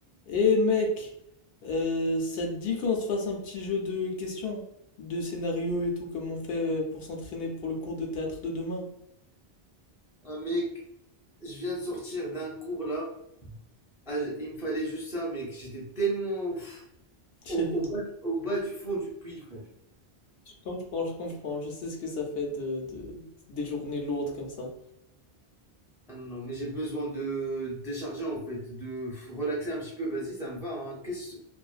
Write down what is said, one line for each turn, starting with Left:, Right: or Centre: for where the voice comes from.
Left: Eh mec, euh, ça te dit qu'on se fasse un petit jeu de questions, de scénarios et tout, comme on fait euh, pour s'entraîner pour le cours de théâtre de demain?
Centre: Ah mec, je viens de sortir d'un cours là. Ah, j- il me fallait juste ça, mec. J'étais tellement pff,
Left: <laughs> Je
Centre: au, au bas, au bas du fond du puits, frère.
Left: comprends, je comprends, je sais ce que ça fait de, de- des journées lourdes comme ça.
Centre: Ah non, mais j'ai besoin de décharger en fait, de pff, relaxer un petit peu. Vas-y, ça me va. hein. Qu'est-ce,